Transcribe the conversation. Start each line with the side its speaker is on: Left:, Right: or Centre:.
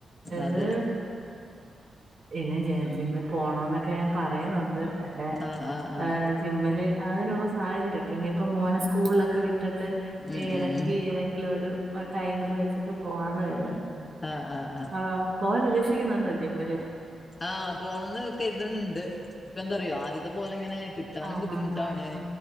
Right: ഇത്
Left: അതെ
Right: ഇനി ജ് ജിമ്മിൽ പോണോന്നൊക്കെ ഞാൻ പറയുന്നുണ്ട് പക്ഷെ
Left: ആഹ് ആഹ് ആഹ്
Right: ഈഹ് ജിമ്മില് അതിനുള്ള സാഹചര്യം അപ്പം ഇനിപ്പം മോനെ സ്കൂളിലൊക്കെ വി ഇട്ടിട്ട്
Left: ഉം
Right: ഇടക്ക്
Left: ഉം ഉം
Right: ഏതെങ്കിലും ഒരു ടൈമില് വെച്ചിട്ട് പോവാന്ന് കരുതണ്
Left: ആഹ് ആഹ്
Right: ആഹ് പോവാൻ ഉദ്ദേശിക്കുന്നുണ്ടോ ജിമ്മില്
Left: ആഹ് പോണംന്ന് വക്കണ്തണിണ്ട് ഇപ്പ എന്താറിയോ ആദ്യത്തെ പോലെ എങ്ങനെ കിട്ടു ത്താനും
Right: ആഹ്
Left: ബുദ്ധിമുട്ടാണ്
Right: ആഹ് ആഹ് ആഹ്